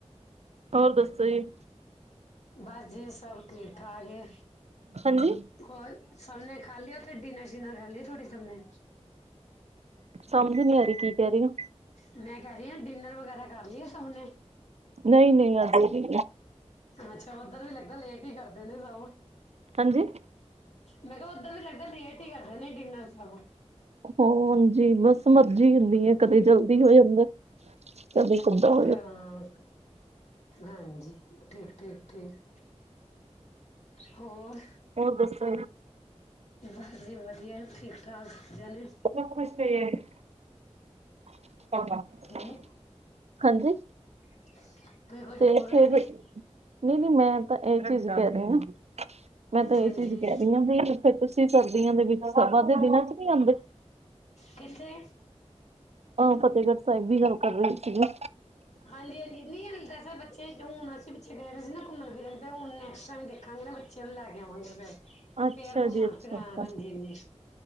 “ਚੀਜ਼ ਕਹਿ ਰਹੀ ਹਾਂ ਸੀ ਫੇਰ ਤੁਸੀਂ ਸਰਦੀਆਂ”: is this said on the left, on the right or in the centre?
Right